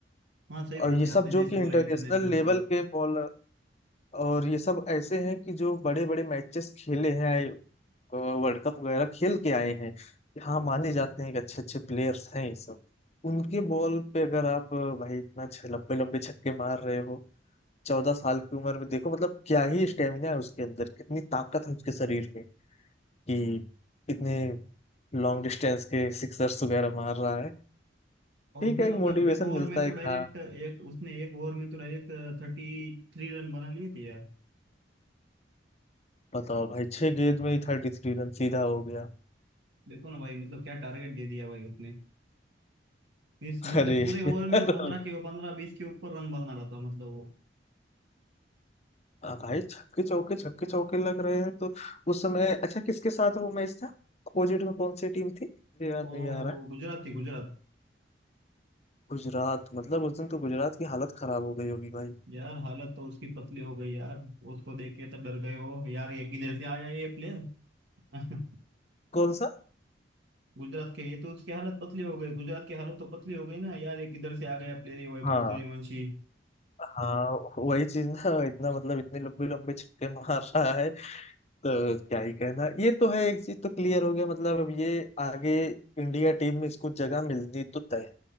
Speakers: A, on the right; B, on the left.
A: हाँ सही
B: और
A: बात
B: ये
A: है
B: सब
A: आपने
B: जो
A: जैसे
B: कि
A: बोला
B: इंटरनेशनल
A: इंटरनेशनल
B: लेवल
A: बॉलर
B: के बॉलर और ये सब ऐसे हैं कि जो बड़े बड़े मैचेस खेले हैं वर्ल्ड कप वगैरह खेल के आए हैं हाँ माने जाते हैं कि अच्छे अच्छे प्लेयर्स हैं ये सब उनके बॉल पे अगर आप भाई इतना छ- लंबे लंबे छक्के मार रहे हो चौदह साल की उम्र में देखो मतलब क्या ही स्टेमिना है उसके अंदर कितनी ताकत है उसके शरीर में कि इतने लॉन्ग डिस्टेंस के सिक्सर्स वगैरह मार रहा है
A: और
B: ठीक
A: उसने
B: है
A: मतलब
B: एक मोटिवेशन
A: एक ओवर
B: मिलता
A: में तो
B: है कि
A: डायरेक्ट
B: हाँ
A: एक उसने एक ओवर में तो डायरेक्ट थर्टी थ्री रन बना लिए थे यार
B: बताओ भाई छह गेंद में ही थर्टी थ्री रन सीधा हो गया
A: देखो ना भाई मतलब क्या टारगेट दे दिया भाई उसने मीन्स मतलब
B: अरे
A: पूरे ओवर में वो
B: <laughs>
A: पंद्रह के पंद्रह बीस के ऊपर रन बना रहा था मतलब वो
B: हाँ भाई छक्के चौके छक्के चौके लग रहे हैं तो उस समय अच्छा किसके साथ वो मैच था अपोजिट में कौन सी टीम थी मुझे याद
A: वो
B: नहीं आ रहा है
A: गुजरात थी गुजरात
B: गुजरात मतलब उस दिन तो गुजरात की हालत खराब हो गई होगी भाई
A: यार हालत तो उसकी पतली हो गई यार उसको देख के तो डर गए हो यार ये किधर से आया ये प्लेयर <laughs>
B: कौन सा
A: गुजरात के ये तो उसकी हालत पतली हो गई गुजरात की हालत तो पतली हो गई ना यार ये किधर से आ गया प्लेयर ये वैभव
B: हाँ
A: सूर्यवंशी
B: हाँ वही चीज ना इतना मतलब इतने लंबे लंबे छक्के मार रहा है तो क्या ही कहना ये तो है एक चीज तो क्लियर हो गया मतलब अब ये आगे इंडिया टीम में इसको जगह मिलनी तो तय